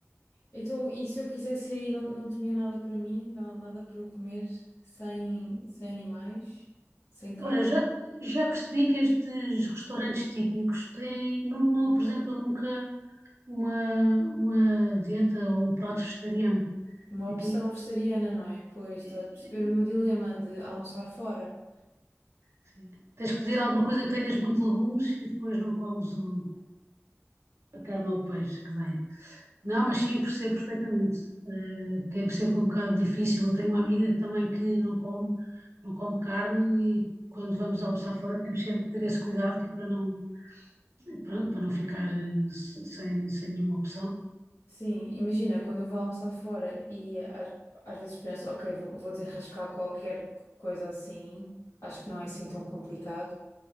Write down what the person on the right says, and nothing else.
Olha, já, já percebi que estes restaurantes típicos têm, não, não apresentam nunca uma, uma dieta ou um prato vegetariano.
Aqui,
eh,
eh,
sim. Tens que pedir alguma coisa que tenhas muito legumes e depois não comes o, a carne ou o peixe que vem. Não, mas sim, percebo perfeitamente. Eh, que é sempre um bocado difícil. Eu tenho uma amiga também que não come, não come carne e quando vamos almoçar fora temos sempre que ter esse cuidado que é para não, pronto, para não ficar eh, se- sem, sem nenhuma opção.